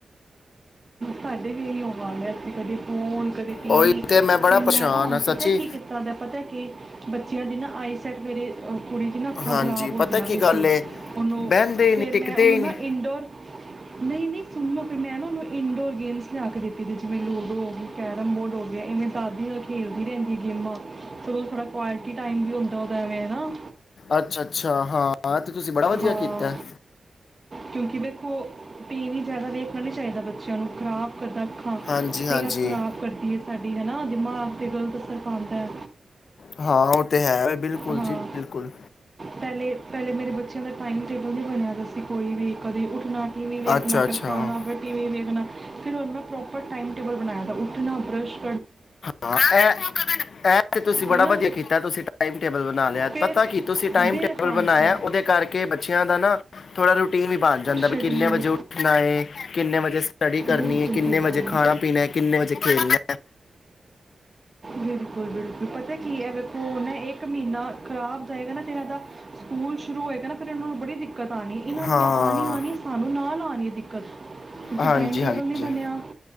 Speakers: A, on the right; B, on the left.
A: ਸਾਡੇ ਵੀ ਇਹੀਓ ਹਾਲ ਹੈ ਐਥੇ ਕਦੀ ਫੋਨ। ਫੋਨ ਕਦੀ ਟੀਵੀ
B: ਉਹੀ ਤੇ ਬੜਾ
A: ਫਿਰ
B: ਪਰੇਸ਼ਾਨ
A: ਮੈਂ ਨਾ ਹੁਣ
B: ਆ
A: ਪਤਾ
B: ਸੱਚੀ
A: ਕੀ ਕੀਤਾ ਦਾ ਪਤਾ ਕੀ ਬੱਚਿਆ ਦੀ ਨਾ ਆਈਸਾਈਟ ਮੇਰੇ ਓਹ। ਕੁੜੀ ਦੀ ਨਾ ਅੱਖਾਂ
B: ਹਾਂਜੀ
A: ਖ਼ਰਾਬ
B: ਪਤਾ
A: ਹੋਦੀਆਂ
B: ਕੀ
A: ਪਈ
B: ਗੱਲ
A: ਸੀ
B: ਏ
A: ਉਹਨੂੰ
B: ਬਹਿੰਦੇ ਹੀ
A: ਫਿਰ
B: ਨਹੀਂ ਟਿਕਦੇ
A: ਮੈਂ ਉਹਨੂੰ
B: ਹੀ
A: ਨਾ
B: ਨਹੀਂ
A: ਇਨਡੋਰ ਨਹੀਂ ਨਹੀਂ ਸੁਣੋ ਫਿਰ ਮੈਂ ਨਾ ਓਹ ਇਨਡੋਰ ਗੇਮਸ ਲਿਆ ਕੇ ਦਿੱਤੀ ਦੀ ਜਿਵੇਂ ਲੂਡੋ ਹੋ ਗਈ ਕੈਰਮ ਬੋਰਡ ਹੋ ਗਿਆ ਇਵੇਂ ਦਾਦੀ ਨਾਲ ਖੇਡਦੀ ਰਹਿੰਦੀ ਐ ਗੇਮਾਂ ਸਗੋਂ ਥੋੜ੍ਹਾ ਕੁਆਲਟੀ ਟਾਈਮ ਵੀ ਹੁੰਦਾ ਉਹਦਾ ਐਵੇਂ ਹੈ ਨਾ।
B: ਅੱਛਾ ਅੱਛਾ ਹਾਂ ਤੇ ਤੁਸੀਂ ਬੜਾ ਵਧੀਆ
A: ਹਾਂ
B: ਕੀਤਾ ਹੈ।
A: ਕਿਉਂਕਿ ਉਹ ਟੀਵੀ ਜ਼ਿਆਦਾ ਵੇਖਣਾ ਨਹੀਂ ਚਾਹੀਦਾ ਬੱਚਿਆਂ ਨੂੰ ਖਰਾਬ ਕਰਦਾ ਅੱਖਾਂ
B: ਹਾਂਜੀ
A: ਸੇਹਤ
B: ਹਾਂਜੀ
A: ਖਰਾਬ ਕਰਦੀ ਹੈ ਸਾਡੀੇ। ਹੈ ਨਾ ਦਿਮਾਗ 'ਤੇ ਗਲਤ ਅਸਰ ਪਾੰਦੈ।
B: ਹਾਂ, ਔ ਤੇ ਹੈ। ਬਿਲਕੁਲ
A: ਹਾਂ,
B: ਜੀ ਬਿਲਕੁਲ
A: ਪੈਲੇ ਪੈਲੇ ਮੇਰੇ ਬੱਚਿਆਂ ਦਾ ਟਾਈਮ ਟੇਬਲ ਨੀ ਬਣਿਆ ਦਾ ਸੀ, ਕੋਈ ਵੀ ਕਦੀ ਉੱਠਣਾ ਟੀ ਵੀ ਵੇਖਣਾ,
B: ਅੱਛਾ ਅੱਛਾ
A: ਫੇਰ ਖਾਣਾ,
B: ਹਾਂ
A: ਫੇਰ ਟੀ ਵੀ ਵੇਖਣਾਂ। ਫਿਰ ਹੋਣ ਮੈਂ ਪ੍ਰੋਪਰ ਟਾਈਮ ਟੇਬਲ ਬਣਾਯਾ ਦੈ। ਉੱਠਣਾ ਬਰਸ਼
B: ਹਾਂ, ਐ ਐਪ ਤੇ ਤੁਸੀਂ ਬੜਾ
A: ਹੈ ਨਾ
B: ਵਧੀਆ ਕੀਤਾ, ਤੁਸੀਂ ਟਾ ਮ ਟੇਬਲ ਬਣਾ ਲਿਆ
A: ਫਿਰ
B: ਪਤਾ ਕੀ ਤੁਸੀਂ ਟਾਈਮ
A: ਬੇ
B: ਟੇਬਲ
A: ਹਾਂਜੀ
B: ਬਣਾਯੈ, ਓਦੇ ਕਰਕੇ ਬੱਚਿਆਂ ਦਾ ਨਾ ਥੋੜਾ ਰੁਟੀ ਟੀਮ ਵੀ ਬਣ ਜਾਂਦੈ,
A: ਸ਼ਡਿਊਲ
B: ਵੀ ਕਿੰਨੇ ਵਜੇ ਉੱਠਣਾ ਏ, ਕਿੰਨੇ ਵਜੇ ਸਟੱਡੀ ਕਰਨੀ
A: ਬਿਲਕੁਲ
B: ਏ, ਕਿੰਨੇ
A: ਬਿਲਕੁਲ
B: ਵਜੇ ਖਾਣਾ ਪੀਣੈ, ਕਿੰਨੇ ਵਜੇ ਖੇਲਣੈ।
A: ਬਿਲਕੁਲ ਬਿਲਕੁਲ ਪਤਾ ਕੀ ਐ, ਐ ਵੇਖੋ ਹੁਨ ਐ ਏਕ ਮੀਨਾ ਖਰਾਬ ਜਾਏਗਾ ਨਾ, ਫੇਰ ਐਦਾ ਸਕੂਲ ਸ਼ੁਰੂ ਹੋਏਗਾ ਨਾ ਫਿਰ ਇਨਾਂ ਨੂੰ ਬੜੀ ਦਿ ਦਿੱਕਤ ਆਣੀ ਏ, ਏਨਾਂ ਨੂੰ
B: ਹਾਂ
A: ਤਾਂ ਆਣੀ ਆਣੀ ਏ ਸਾਨੂੰ ਨਾਲ ਆਣੀ। ਦਿੱਕਤ। ਕਿਉਂਕਿ
B: ਹਾਂਜੀ
A: ਟਾਈਮ ਟੇਬਲ
B: ਹਾਂਜੀ
A: ਨੀ ਬਣਿਆ,